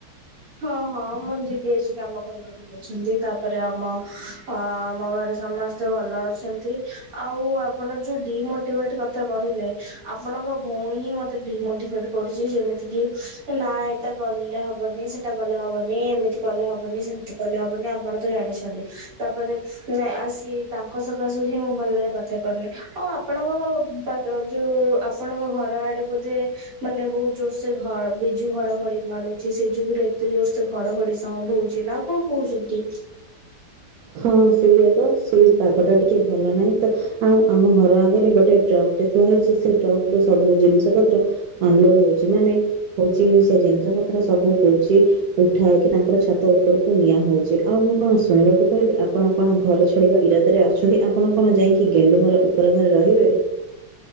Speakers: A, on the right (about 55°); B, on the right (about 70°).
A: ହଁ ହଁ ମୋ ଦିଦି ଆଜି କାମ କରିବାକୁ ଛନ୍ତି ତାପରେ ଆମ ଅ ଆମ ଘରେ ସମସ୍ତେ ଭଲ ଅଛନ୍ତି। ଆଉ ଆପଣ ଯୋଉ ଡିମୋଟିଭେଟ କଥା କହିଲେ ଆପଣଙ୍କ ଭଉଣୀ ହିଁ ମତେ ଡିମୋଟିଭେଟ ରିଛି ଯେମିତି କି ନା ଏଇଟା ଗଲେ ହ ବନି ସେଟା କଲେ ହବନି ଏମିତି କଲେ ହବନି ସେମିତି କଲେ ହବନି ଆପଣ ତ ଜାଣିଛନ୍ତି ତାପରେ ଆସି ତାଙ୍କ ସକାଶେ ହିଁ ମୁଁ ଭଲରେ କଥା ହୋଇପାରୁନି ଆଉ ଆପଣଙ୍କ ପା ଯୋଉ ଆପଣଙ୍କ ଘର ଆଡେ ବୋଧେ ମାନେ ବହୁତ ଜୋର ସେ ଘ ବିଜୁ ଘଡଘଡି ମାରୁ ସେ ଯୁଗରେ ଏତେ ଜୋର ସେ ଘଡଘଡି ସାଉଣ୍ଡ ହଉଛି ନା କଣ କହୁଛନ୍ତି?
B: ହଁ ସେଇୟା ତ ସେଇ ପାଗ ଟା ଟିକେ ଭଲ ନାହିଁ ତ ଆଉ ଆମ ଘର ଆଗରେ ଗୋଟେ ଟ୍ରକ ଟେ ଥୁଆ ହେଇଛି ସେ ଟ୍ରକ ରୁ ସବୁ ଜିନିଷ ପତ୍ର ଅନଲୋଡ ହଉଛି ମାନେ ହଉଛି ସେ ଜିନିଷ ପତ୍ର ସବୁ କହୁଛି ଉଠା ହେଇକି ତାଙ୍କର ଛାତ ଉପରକୁ ନିଆ ହଉଛି ଆଉ ମୁଁ କଣ ଶୁଣିବାକୁ କହିଲି ଆପଣ କଣ ଘର ଛାଡ଼ିବା ଇରାଦରେ ଅଛନ୍ତି ଆପଣ କଣ ଯାଇକି ଗେଣ୍ଡୁ ଘର ଉପର ଘରେ ରହିବେ।